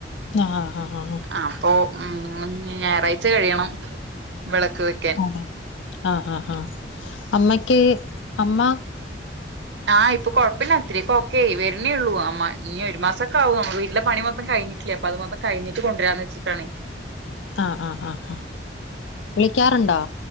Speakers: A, on the left (about 80°); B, on the right (about 65°).
A: ആഹ ആഹ് ആഹ് ആഹ്.
B: അപ്പൊ ഉം ഞായറാഴ്ച കഴിയണം വിളക്ക് വെക്ക്‌
A: ആഹ് ആഹ് ആഹ് ആഹ് അമ്മക്ക്യ് അമ്മ.
B: ആഹ് ഇപ്പൊ കൊഴപ്പല്ല ത്തിരിക്കൊക്കെയി വര്ണേ ള്ളൂ അ മ ഞ്ഞൊരു മാസ- ക്കവും നമ്മള് വീട്ടിലെ പണി മൊത്തം കഴിഞ്ഞിട്ടില്ല അപ്പൊ അത് മൊത്തം കഴിഞ്ഞിട്ട് കൊണ്ട് വരാന്ന് വെച്ചിട്ടാണ്
A: ആഹ് ആഹ് ആഹ് അ വിളിക്ക്യാറുണ്ടോ?